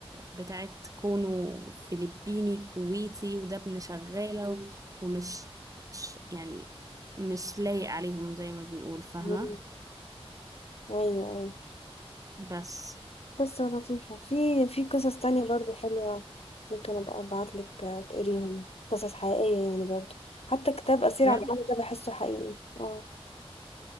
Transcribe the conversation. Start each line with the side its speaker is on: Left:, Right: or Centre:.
Right: بتاعت كونه فلبيني كويتي وده ابن شغالة و- ومش مش يعني مش لايق عليهم زي ما بنقول فاهمة
Left: مم، ايوه أيوة.
Right: بس
Left: قصة لطيفة في في قصص تانية برضو حلوة ممكن أبقى أبعتلك تقريهم قصص حقيقية يعني برضو حتى كتاب أسير
Right: بجد
Left: عبد العزيز ده بحسه حقيقي اه